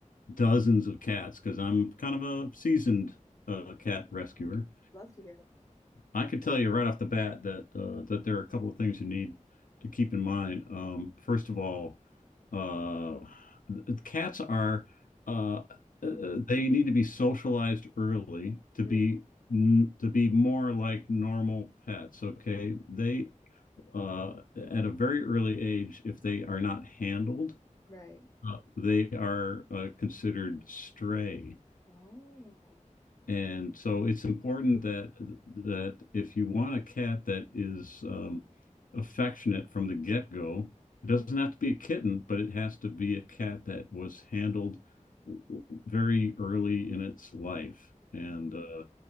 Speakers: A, on the left; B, on the left.
A: dozens of cats because I'm kind of a seasoned uh, cat rescuer,
B: love to hear it.
A: I can tell you right off the bat that uh, that there are a couple of things you need to keep in mind. Um, first of all, uh, th- cats are uh, uh, uh,
B: <laughs>
A: they need to be socialized early to
B: Mm,
A: be n- to be more like normal pets. Okay, they uh, at a very early age, if they are not handled,
B: right.
A: uh, they are uh, considered stray.
B: Oh.
A: And so it's important that that if you want a cat that is um, affectionate from the get-go,
B: Mhm.
A: it doesn't have to be a kitten, but it has to be a cat that was handled w- very early in its life. And
B: Oh.
A: uh,